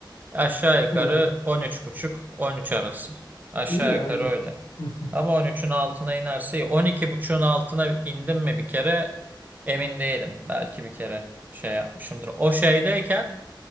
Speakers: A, on the right (about 20°); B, on the left (about 75°).
A: Aşağı yukarı
B: e,
A: on üç buçuk, 13 arası. Aşağı
B: iyi ya
A: yukarı
B: iyi.
A: öyle.
B: Hı hı,
A: Ama on üçün altına inerse iyi. 12.5'un altına indim mi bir kere emin değilim. Belki bir kere şey yapmışımdır. O şeydeyken